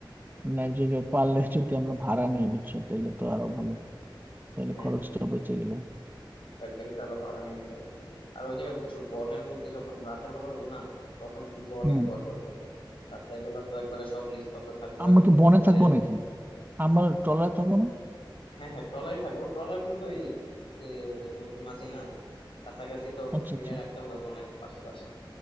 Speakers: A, on the right (about 20°); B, on the left (about 85°).
A: লাইফ জ্যাকেট পারলে যদি আমরা ভাড়া নিই বুঝছো তাহলে তো আরো ভালো তাহলে
B: হ্যাঁ
A: খরচটা বেঁচে গেল
B: লাইফ জ্যাকেট তাহলে ভাড়া নিয়ে নিতে হবে আর ওই জায়গায় বুঝছো বনের মধ্যে যখন রাতের বেলা হবো না তখন কিন্তু অনেক
A: হুম
B: ভয় করবো রাতের বেলা তো একবারে সব নিস্তব্ধ থাকবো
A: আমরা
B: এর মধ্যে
A: কি বনে
B: হচ্ছে
A: থাকবো নাকি আমরা ট্রলারে থাকবো না
B: হ্যাঁ হ্যাঁ ট্রলারই থাকবো ট্রলার কিন্তু এই এ, নদীর মাঝেই না কাছাকাছি তো
A: আচ্ছা
B: ভিড়ায়
A: আচ্ছা
B: রাখতে হবে বনের পাশাপাশি